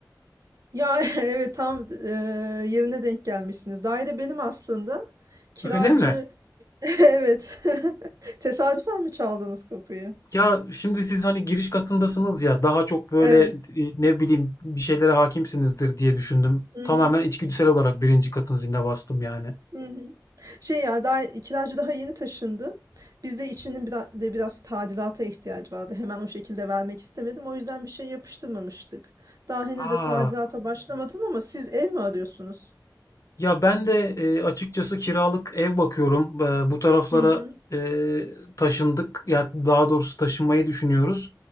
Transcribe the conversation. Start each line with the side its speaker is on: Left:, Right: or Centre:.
Right: Ya <laughs> evet tam e, yerine denk gelmişsiniz. Daire benim aslında. Kiracı
Left: Öyle mi?
Right: <laughs> evet. <laughs> Tesadüfen mi çaldınız kapıyı?
Left: Ya şimdi siz hani giriş katındasınız ya daha çok böyle
Right: Evet.
Left: e, ne bileyim bir şeylere hakimsinizdir diye düşündüm.
Right: Hı
Left: Tamamen
Right: hı.
Left: içgüdüsel olarak birinci katın ziline bastım yani.
Right: Hı hı. Şey ya daha kiracı daha yeni taşındı. Biz de içinin biraz, de biraz tadilata ihtiyacı vardı. Hemen o şekilde vermek istemedim. O yüzden bir şey yapıştırmamıştık. Daha henüz
Left: Aa,
Right: de tadilata başlamadım ama siz ev mi arıyorsunuz?
Left: ya ben de e, açıkçası kiralık ev bakıyorum. E, bu taraflara
Right: Hı hı.
Left: e, taşındık. Ya daha doğrusu taşınmayı düşünüyoruz.